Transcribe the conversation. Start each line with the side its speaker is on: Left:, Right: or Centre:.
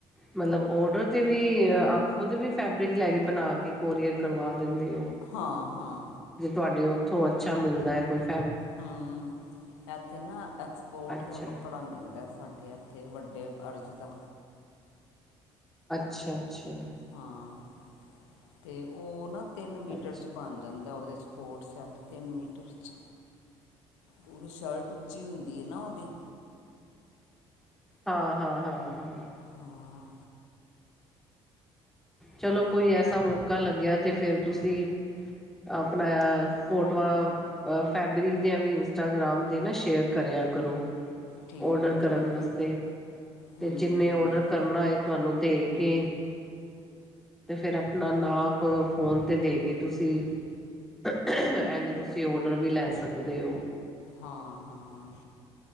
Centre: ਮਤਲਬ ਔਡਰ 'ਤੇ ਵੀ ਆ ਖੁਦ ਵੀ ਫੈਬਰਿਕ ਲੈ ਕੇ ਬਣਾ ਕੇ ਕੋਰੀਅਰ ਕਰਵਾ ਦਿੰਦੇ ਹੋ
Left: ਹਾਂ-ਹਾਂ
Centre: ਜੇ ਤੁਹਾਡੇ ਉੱਥੋਂ ਅੱਛਾ ਮਿਲਦੈ ਕੁੱਛ।
Left: ਹੂੰ ਐਥੇ ਨਾ ਐਕਸਪੋਰਟ
Centre: ਅੱਛਾ
Left: ਦਾ ਕੱਪੜਾ ਮਿਲਦੈ ਸਾਡੇ ਐ ਤੇ ਵੱਡੇ ਅਰਜ਼ ਦਾ।
Centre: ਅੱਛਾ-ਅੱਛਾ
Left: ਹਾਂ ਤੇ ਓ ਨਾ ਤਿੰਨ ਮੀਟਰ
Centre: ਅੱਛਾ
Left: ਚ ਬਣ ਜਾਂ ਦਾ ਉਦੇ ਚ ਕੋਟ ਸੈੱਟ ਤਿੰਨ ਮੀਟਰ ਚ। ਉਦੀ ਸ਼ਲਟ ਉੱਚੀ ਹੁੰਦੀ ਐ ਨਾ ਓਦੀ।
Centre: ਹਾਂ-ਹਾਂ-ਹਾਂ-ਹਾਂ
Left: ਹਾਂ।
Centre: ਚਲੋ
Left: ਤੇ
Centre: ਕੋਈ ਐਸਾ ਮੌਕਾ ਲੱਗਿਆ ਤੇ ਫਿਰ ਤੁਸੀਂ ਆਪਣਾ ਫੋਟੋਆਂ ਫੈਬਰਿਕ ਦੀਆਂ <unintelligible> ਇੰਸਟਾਗ੍ਰਾਮ ਤੇ ਨਾ ਸ਼ੇਅਰ ਕਰਿਆ ਕਰੋ।
Left: ਠੀਕ
Centre: ਔਡਰ
Left: ਹੈ
Centre: ਕਰਨ
Left: ਠੀਕ
Centre: ਵਸਤੇ
Left: ਹੈ
Centre: ਤੇ
Left: ਹਮ
Centre: ਜਿੰਨੇ
Left: ਹਮ
Centre: ਔਡਰ ਕਰਨਾ ਏ ਤੁਹਾਨੂੰ ਦੇਖ ਕੇ ਤੇ ਫੇਰ ਆਪਣਾ ਨਾਪ ਫੋਨ ਤੇ ਦੇ ਕੇ ਤੁਸੀਂ <unintelligible> ਐਂਜ ਤੁਸੀਂ ਓਡਰ ਵੀ ਲੈ ਸਕਦੇ ਓ।
Left: ਹਾਂ, ਹਾਂ